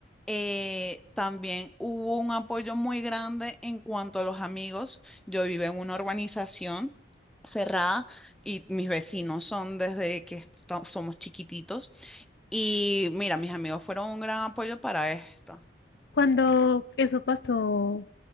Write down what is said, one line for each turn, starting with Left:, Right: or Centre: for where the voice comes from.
Centre: eh, también hubo un apoyo muy grande en cuanto a los amigos. Yo vivo en una urbanización cerrada y mis vecinos son desde que esto- somos chiquititos. Y mira, mis amigos fueron un gran apoyo para esto.
Left: Cuando eso pasó,